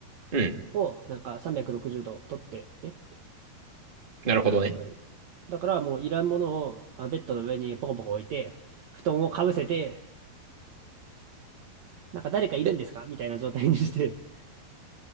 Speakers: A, on the right (about 20°); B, on the right (about 65°).
A: うん。
B: をなんか360度撮ってね、
A: なるほどね。
B: はい。だからもういらんものをあベッドの上にポコポコ置いて、布団をかぶせて、なんか誰かいるんですかみたいな状態にして、
A: え